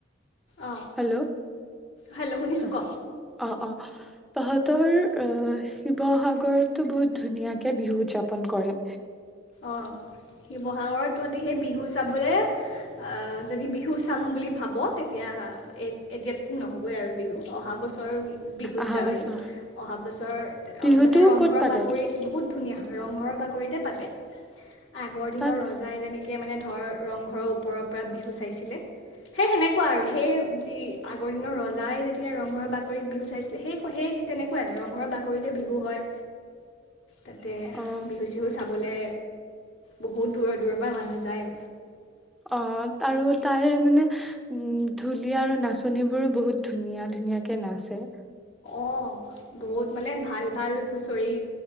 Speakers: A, on the left (about 65°); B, in the centre.
A: অঁ
B: হেল্ল'
A: হেল্ল' শুনিছোঁ
B: হয়
A: ক
B: অ অ তাহতৰ আহ শিৱসাগৰতো বহুত ধুনীয়াকে বিহু উদযাৰপন কৰে
A: অঁ শিৱসাগৰ তহতি সেই বিহু চিহু চাবলৈ অ যদি বিহু চাম বুলি ভাব তেতিয়া এ এতিয়াতো নহ'বই আৰু বিহু অঁ অহা বছৰ বিহুত
B: অহা
A: যাওঁৱেই
B: বছৰ
A: অহা বছৰ
B: বিহুতো
A: মানে ৰংঘৰৰ
B: ক'ত পাতে
A: বাকৰিত বহুত ধুনীয়া ৰংঘৰৰ বা- কৰিতে পাতে আগৰ দিনৰ
B: তাত
A: ৰজাই যে যেনেকে মানে ধৰ ৰংঘৰৰ ওপৰৰ পৰা বিহু চাইছিলে সেই সেনে কোৱা আৰু সেই যি আগৰ দিনৰ ৰজাই যেতিয়া ৰংঘৰৰ বাকৰিত বিহু চাইছিল সেই সেই তেনেকুৱাই ৰংঘৰৰ বাকৰিতে বিহু হয় তাতে
B: অ
A: বিহু চিহু চাব বোলে বহুত দূৰৰ দূৰৰ পৰা মানুহ যায়
B: অ আৰু তাৰে মানে উ ধুলীয়া আৰু নাচনী বোৰো বহুত ধুনীয়া ধুনীয়াকে নাচে
A: অঁ বহুত মানে ভাল ভাল হুঁচৰি